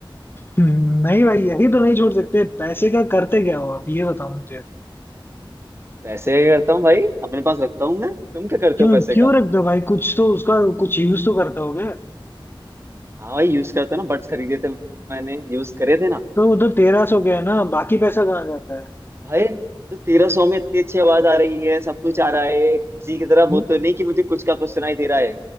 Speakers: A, on the left; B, on the right.
A: हम्म, नहीं भाई यही तो नहीं छोड़ सकते पैसे का करते क्या हो आप ये बताओ मुझे।
B: पैसे करता हूँ भाई अपने पास रखता हूँ मैं तुम क्या करते
A: क्यों
B: हो पैसे
A: क्यों
B: का
A: रखता भाई कुछ तो उसका कुछ यूज तो करता हो गया
B: हाँ भाई यूज करता हूँ ना बड्स खरीदे थे मैंने यूज करे थे ना
A: तो वो तो तेरह सौ गया ना बाकी पैसा कहाँ जाता है
B: भाई तो तेरह सौ में इतनी अच्छी आवाज आ रही है सब कुछ आ रहा है किसी की तरह
A: ये
B: वो तो नहीं कि मुझे कुछ का कुछ सुनाई दे रहा है